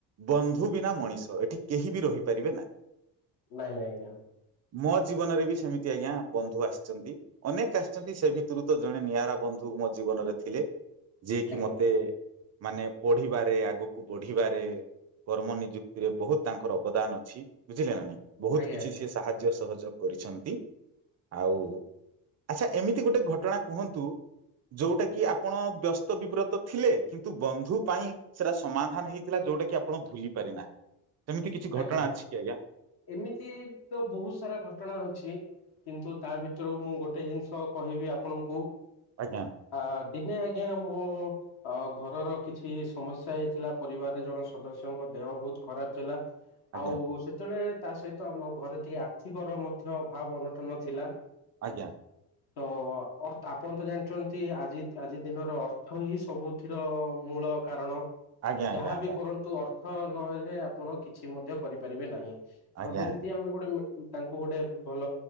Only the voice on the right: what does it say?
ବନ୍ଧୁ ବିନା ମଣିଷ ଏଠି କେହି ବି ରହିପାରିବେ ନାହିଁ।
ମୋ ଜୀବନରେ ବି ସେମିତି ଆଜ୍ଞା ବନ୍ଧୁ ଆସିଛନ୍ତି। ଅନେକ ଆସିଛନ୍ତି ସେ ଭିତରୁ ତ ଜଣେ ନିଆରା ବନ୍ଧୁ ମୋ ଜୀବନରେ ଥିଲେ ଯିଏକି
ମତେ ମାନେ ପଢିବାରେ ଆଗକୁ ବଢିବାରେ କର୍ମ ନିଯୁକ୍ତି ରେ ବହୁତ ତାଙ୍କର ଅବଦାନ ଅଛି ବୁଝିଲେ ନା ବହୁତ
କିଛି ସେ ସାହା ଜ୍ୟ ସହଯୋଗ କରିଛନ୍ତି ଆଉ ଆଚ୍ଛା ଏମିତି ଗୋଟେ ଘଟଣା କୁହନ୍ତୁ ଯୋଉଟା କି ଆପଣ ବ୍ୟସ୍ତ ବିବ୍ରତ ଥିଲେ। କିନ୍ତୁ ବନ୍ଧୁ ପାଇଁ ସେଇଟା ସମାଧାନ ହେଇଥିଲା ଯୋଉଟା କି ଆପଣ ଭୁଲି ପାରିନାହାଁନ୍ତି। ଏମିତି କିଛି
ଘଟଣା ଅଛି କି ଆଜ୍ଞା।
ଆଜ୍ଞା
ଆଜ୍ଞା
ଆଜ୍ଞା
ଆଜ୍ଞା
ଆଜ୍ଞା
ଆଜ୍ଞା